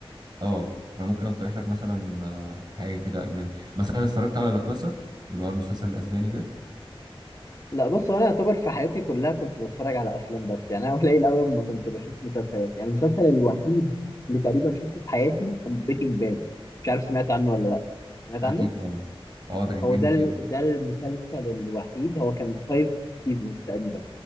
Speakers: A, on the right; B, on the left.
A: آه ما أنا ممكن أقترح لك مثلا آه، حاجة كده أجنبي مثلا اتفرجت على لا كاسا اللي هو المسلسل الأسباني ده
B: لا بص هو انا اعتبر في حياتي كلها كنت بتفرج على افلام بس يعني انا <laughs> قليل قوي اما كنت بشوف مسلسلات يعني المسلسل الوحيد اللي تقريبا شفته في حياتي كان بريكنج باد مش عارف سمعت عنه ولا لا سمعت
A: أكيد
B: عنه
A: طبعا أه ده كان
B: هو
A: جامد
B: ده ال-
A: جدا
B: ده المسلسل الوحيد هو كان فايف سيزونز تقريبا